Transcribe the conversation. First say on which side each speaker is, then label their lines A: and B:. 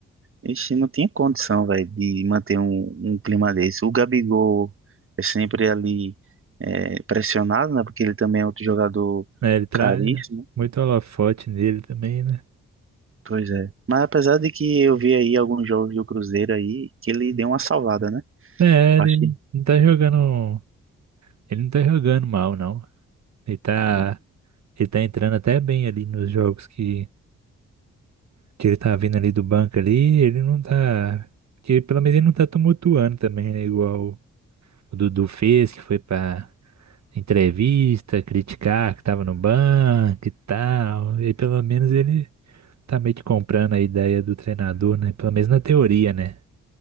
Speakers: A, on the right (about 40°); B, on the right (about 55°).
A: Ixi, não tinha condição, velho, de manter um, um clima desse. O Gabigol é sempre ali é, pressionado, né? Porque ele também é outro jogador
B: né? Ele traz
A: caríssimo
B: muito holofote nele também, né?
A: Pois é. Mas apesar de que eu vi aí alguns jogos do Cruzeiro aí, que ele deu uma salvada, né?
B: É,
A: Acho
B: ele
A: que.
B: não tá jogando, ele não tá jogando mal, não. Ele tá,
A: é.
B: ele tá entrando até bem ali nos jogos que que ele tá vindo ali do banco ali, ele não tá. Que pelo menos ele não tá tumultuando também, né? Igual o Dudu fez, que foi pra entrevista, criticar que tava no banco e tal. E pelo menos ele tá meio que comprando a ideia do treinador, né? Pelo menos na teoria, né?